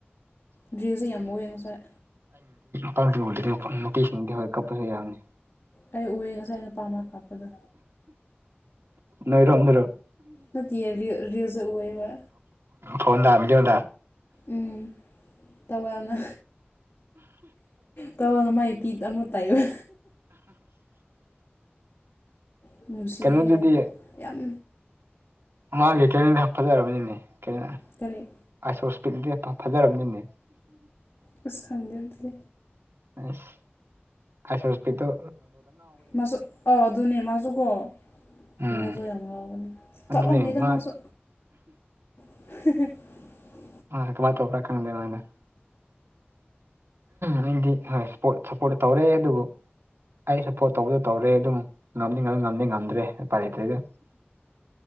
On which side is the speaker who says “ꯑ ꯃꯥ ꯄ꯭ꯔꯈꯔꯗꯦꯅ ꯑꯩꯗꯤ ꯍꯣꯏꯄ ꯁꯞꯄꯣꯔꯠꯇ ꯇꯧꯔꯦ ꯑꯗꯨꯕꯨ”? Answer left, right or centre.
Right